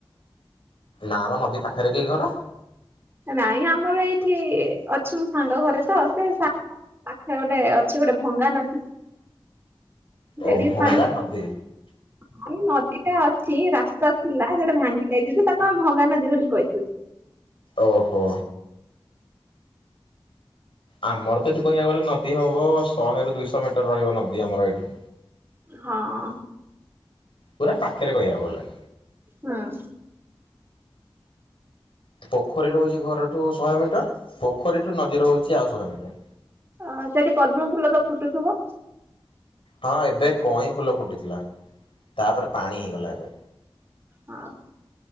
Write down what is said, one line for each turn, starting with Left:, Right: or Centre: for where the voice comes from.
Left: ନା ମ ନଦୀ ପାଖରେ କି ଘର?
Right: ନାଇଁ ଆମର ଏଇଠି ଅଛି ମୋ ସାଙ୍ଗ ଘରେ ତ ସେ ସା ପାଖରେ ଗୋଟେ ଅଛି ଗୋଟେ ଭଙ୍ଗା ନଦୀ। ସେଇଠି
Left: ଓ
Right: ବି
Left: ଭଙ୍ଗା
Right: ପାଣି ନାଇ
Left: ନଦୀ
Right: ନଦୀ ଟା ଅଛି। ରାସ୍ତା ଥିଲା। ସେଟା ଭାଙ୍ଗି ଯାଇଛି ତ ତାକୁ ଆମେ ଭଙ୍ଗାନଦୀ ବୋଲି କହିଦଉଛୁ।
Left: ଓହୋ ଆମର ତ ଏଠି କହିବାକୁ ଗଲେ ନଦୀ ହବ ଶହେରୁ ଦୁଇଶହ ମିଟର ରହିବ ନଦୀ ଆମର ଏଇଠୁ।
Right: ହଁ
Left: ପୁରା ପାଖରେ କହିବାକୁ ଗଲେ।
Right: ହଁ
Left: ପୋଖରୀ ରହୁଛି ଘରଠୁ ଶହେ ମିଟର ପୋଖରୀଠୁ ନଦୀ ରହୁଛି ଆଉ ଶହେ ମିଟର
Right: ଆ ସେଠି ପଦ୍ମ ଫୁଲ ତ ଫୁଟୁଥିବ?
Left: ହଁ ଏବେ କଇଁ ଫୁଲ ଫୁଟିଥିଲା। ତାପରେ ପାଣି ହେଇଗଲା ଏବେ।
Right: ହଁ